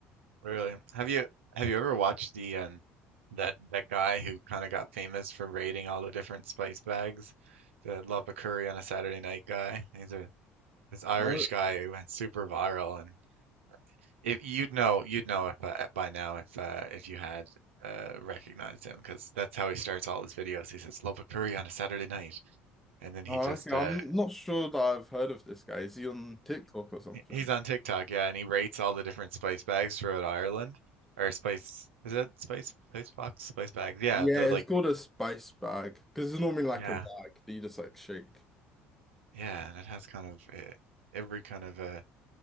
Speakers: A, on the right; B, in the centre.
A: Really? Have you have you ever watched the um that that guy who kind of got famous for raiding all the different spice bags? The Love a Curry on a Saturday Night guy. He's a this Irish
B: Oh,
A: guy who went super viral, and if you'd know you'd know if uh, by now if uh, if you had uh, recognized him because that's how he starts all his videos. He says Love a Curry on a Saturday night, and then he
B: oh,
A: just
B: okay. I'm
A: uh,
B: not sure that I've heard of this guy. Is he on TikTok or something?
A: He's on TikTok, yeah, and he rates all the different spice bags throughout Ireland. Or spice, is it spice, spice box, spice bags? Yeah,
B: Yeah,
A: the
B: it's
A: like,
B: called a spice bag because it's normally like
A: yeah,
B: a bag that you just like shake.
A: yeah, and it has kind of uh, every kind of a